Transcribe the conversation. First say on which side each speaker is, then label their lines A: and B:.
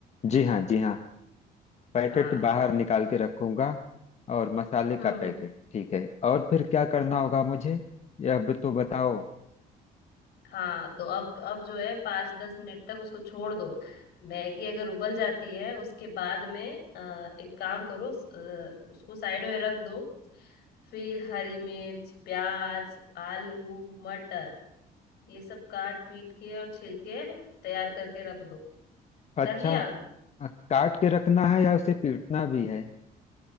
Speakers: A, on the left; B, on the left.
A: जी हाँ जी हाँ पैकेट
B: हाँ
A: बाहर निकाल के रखूंगा और मसाले
B: हम्म
A: का पैकेट ठीक है और फिर क्या करना होगा मुझे यह भी तो बताओ
B: हाँ तो अब अब जो है पाँच दस मिनट तक उसको छोड़ दो मैगी अगर उबल जाती है उसके बाद में अ, एक काम करो अ, उसको साइड में रख दो फिर हरी मिर्च प्याज आलू मटर ये सब काट पीट के और छिल के तैयार करके रख दो
A: अच्छा
B: कर लिया
A: अ, काट के रखना है या उसे पीटना भी है